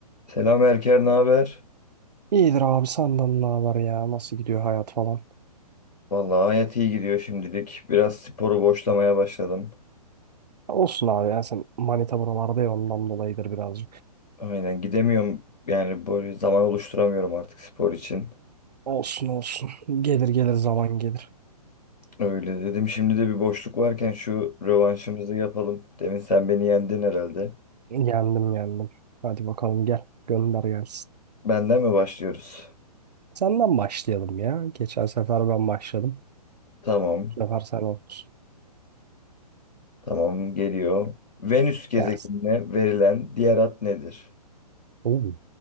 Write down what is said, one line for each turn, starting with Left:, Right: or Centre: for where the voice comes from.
Left: Selam Erker, ne haber?
Right: İyidir abi senden ne haber ya? Nasıl gidiyor hayat falan?
Left: Vallahi hayat iyi gidiyor şimdilik. Biraz sporu boşlamaya başladım.
Right: Olsun abi ya sen manita buralarda ya ondan dolayıdır birazcık.
Left: Aynen gidemiyorum yani böyle zaman oluşturamıyorum artık spor için.
Right: Olsun olsun. Gelir gelir zaman gelir.
Left: Öyle dedim şimdi de bir boşluk varken şu rövanşımızı yapalım. Demin sen beni yendin herhalde.
Right: Yendim yendim. Hadi bakalım gel. Gönder gelsin.
Left: Benden mi başlıyoruz?
Right: Senden başlayalım ya. Geçen sefer ben başladım.
Left: Tamam,
Right: Bu sefer sen olsun.
Left: tamam geliyor. Venüs gezegenine
Right: Gelsin.
Left: verilen diğer ad nedir?
Right: Oo,